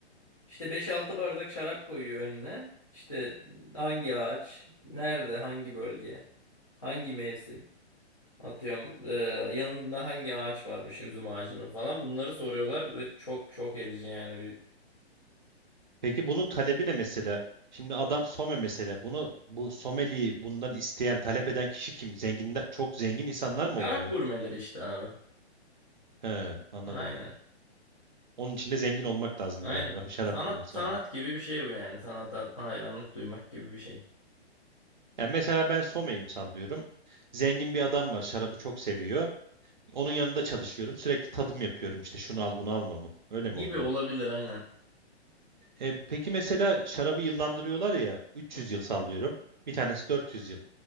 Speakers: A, on the left; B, on the right.
A: İşte beş altı bardak şarap koyuyor önüne. İşte hangi ağaç, nerede, hangi bölge, hangi mevsim. Atıyorum e, yanında hangi ağaç varmış üzüm ağacının falan. Bunları soruyorlar ve çok çok edici yani bir.
B: Peki bunun talebi ne mesela? Şimdi adam some mesela. Bunu bu someliyi bundan isteyen, talep eden kişi kim? Zenginden çok zengin insanlar
A: Şarap
B: mı oluyor?
A: gurmeleri işte abi.
B: He, anladım.
A: Aynen.
B: Onun için de zengin olmak lazım
A: Aynen.
B: galiba. <laughs> Şarap
A: Sanat
B: gurmesi
A: sanat
B: olmak.
A: gibi bir şey bu yani. Sanata hayranlık duymak gibi bir şey.
B: Yani mesela ben someyim sallıyorum. Zengin bir adam var. Şarabı çok seviyor. Onun yanında çalışıyorum. Sürekli tadım yapıyorum. İşte şunu al bunu alma mı? Öyle mi
A: Gibi
B: oluyor?
A: olabilir aynen.
B: E, peki mesela şarabı yıllandırıyorlar ya. 300
A: Hı.
B: yıl sallıyorum. Bir tanesi 400 yıl.